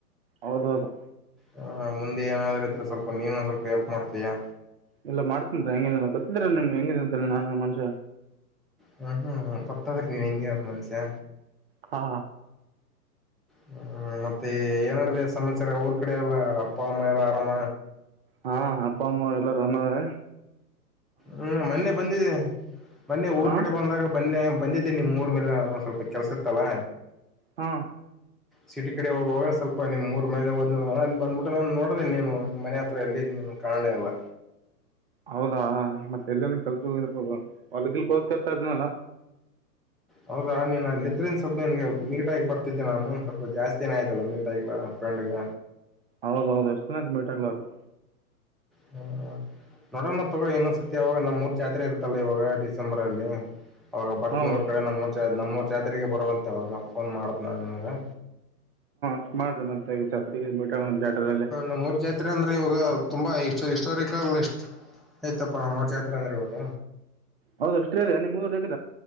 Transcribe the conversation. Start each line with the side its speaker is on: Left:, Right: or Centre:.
Right: ಹೌದೌದು
Centre: ಹ ಮುಂದೆ ಏನಾದ್ರೂ ಇದ್ರೆ ಸ್ವಲ್ಪ ನೀನು ಸ್ವಲ್ಪ ಎಲ್ಪ್ ಮಾಡ್ತೀಯಾ
Right: ಎಲ್ಲಾ ಮಾಡ್ತನ್್ರ ಹೆಂಗೇನ ಗೊತ್ತಿದ್ರ ನಿಮ್ಗೆ ಹೆಂಗ ತಿಂತರ ನಾನು ಮನುಷ್ಯ
Centre: ಹ್ಮ್ ಹ್ಮ್ ಹ್ಮ್ ಕೊತ್ತ ಬರ ನೀ ಭಂಗಿ ಮ ಮನಸಾ
Right: ಹಾ
Centre: ಹ್ಮ ಮತ್ತೆ ಏನಡ್ದ ಸಮಾಚಾರ ಊರ್ ಕಡೆ ಎಲ್ಲಾ ಅಪ್ಪ ಅಮ್ಮ ಎಲ್ಲಾ ಆರಾಮ
Right: ಹಾ ಅಪ್ಪಾ ಅಮ್ಮ ಎಲ್ಲಾರ ಅಮ್ಮವರ
Centre: ಹ್ಮ್ ಮೊನ್ನೆ ಬಂದಿದೆ ಮೊನ್ನೆ ಊರ್
Right: ಹಾಂ
Centre: ಕಡೆ ಬಂದಾಗ ಬನ್ನೆ ಬಂದಿದ್ದೇಿ ನಿಮ್ ಮೂರ್ ಮೇಲೆ ನೊ ಸ್ವಲ್ಪ ಕೆಲ್ಸ ಇರ್ತ್ತಲಾ
Right: ಹಾ
Centre: ಸಿಟಿ ಕಡೆ ಹೋಗುವಾಗ ಸ್ವಲ್ಪ ನಿಮ್ ಮೂರ್ ಮೇಲೆದ್ ಅಲ್ಲಿ ಬಂದ್ಬಿಟ್ಟು ನಾನು ನೋಡ್ರಿ ನೀನು ಮನೆ ಹತ್ರ ಎಲ್ಲಿ ನೀನು ಕಾಣಲೇ ಅಲ್ಲ
Right: ಹೌದಾ ಮತ್ತೆ ಎಲ್ಲನ ಕಲ್ಸ ಹ ಹೊಲಗಿಲ್ಕೋ ತನಲ್ಲ
Centre: ಹೌದಾ ನೀನ್ ಅಲ್ಲ ಇದ್ರಿಂದ ಸ್ವಲ್ಪ ನಿನ್ಗೆ ಮೀಟಾಗಿಿ ಬರ್ತಿದ್ದೆ ನಾನು ಸ್ವಲ್ಪ ಜಾಸ್ತಿನ ಆಯ್ತಲ್ಲ ಮೀಟಾಗಿಲ್ಲ ಫ್ರೆಂಡ್ಗ
Right: ಹೌದ ಹೌದು ಎಷ್ಟನ ಮೀಟಾಗಗ್ಲಾರ್ದ
Centre: ಹ್ಮ ನೋಡೋಣ ತೊಗ ಇನ್ನೊಂದ್ಸತಿ ಯಾವಾಗ ನಮ್ಮ್ ಮೂರ್ ಜಾತ್ರೆ ಇರ್ತಲ್ಲ ಇವಾಗ ಡಿಸೆಂಬರ್ ಅಲ್ಲಿ ಅವಾಗ ಬರ್ತ್ನವರ್
Right: ಹೌದು
Centre: ಕಡೆ ನಮ್ಮ ನಮ್ಮ ಜಾತ್ರೆಗೆ ಬರುವಂತೆವಾಗ ಫೋನ್ ಮಾಡ್ದ್ ನಾ ನನ್ಗೆ
Right: ಹ್ಮ ಮಾಡಿದೆ ಮತ್ತ ಚಾತ್ ಮಟ ಜಟಲ್ಲ
Centre: ನಮ್ಮೂರ್ ಜಾತ್ರೆ ಅಂದ್ರೆ ಇವಾಗ ತುಂಬಾ ಇ ಹಿಸ್ಟೋಾರಿಕಲ್ ಇ ಆಯತಪ್ಪ ನಮ್ಮ್ ಅವ್ರ ಜಾತ್ರೆ ಅಂದ್ರೆ ಇವಾಗ
Right: ಹೌದು ಅಷ್ಟೇ ಮೂರು ಜ